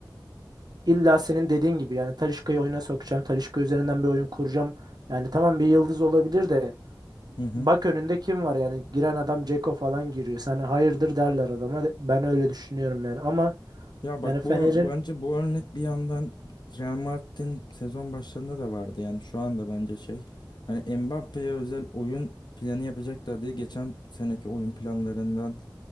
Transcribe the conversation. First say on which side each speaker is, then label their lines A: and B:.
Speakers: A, on the right; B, on the left.
A: illa senin dediğin gibi yani Talisca'yı oyuna sokacağım Talisca üzerinden bir oyun kuracağım. Yani tamam bir yıldız olabilir de
B: Hı hı.
A: Bak önünde kim var yani giren adam Ceko falan giriyor. Sen hayırdır derler adama. De- Ben öyle düşünüyorum yani ama
B: Ya bak
A: yani Fener'in
B: bu bence bu örnek bir yandan Real Madrid'in sezon başlarında da vardı. Yani şu anda bence şey hani Mbappe'ye özel oyun planı yapacaklar diye geçen seneki oyun planlarından